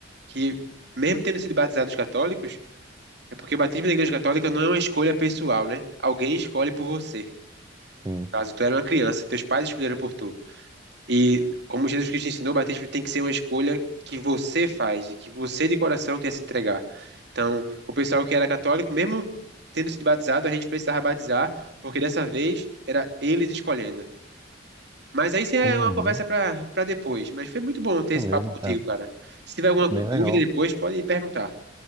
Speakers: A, on the right (about 65°); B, on the right (about 20°).
A: Que, mesmo tendo sido batizados católicos, é porque o batismo na igreja católica não é uma escolha pessoal, né? Alguém escolhe por você.
B: <laughs> Sim.
A: Caso tu era uma criança, teus pais escolheram por tu. E como Jesus Cristo ensinou, o batismo tem que ser uma escolha que você faz e que você de coração quer se entregar. Então, o pessoal que era católico, mesmo tendo sido batizado, a gente precisava batizar, porque dessa vez era eles escolhendo. Mas aí isso é
B: Uhum.
A: uma conversa para para depois. Mas foi muito bom ter
B: Isso
A: esse
B: mesmo,
A: papo contigo,
B: cara.
A: cara. Se tiver alguma
B: Bem
A: dúvida
B: legal.
A: depois, pode perguntar,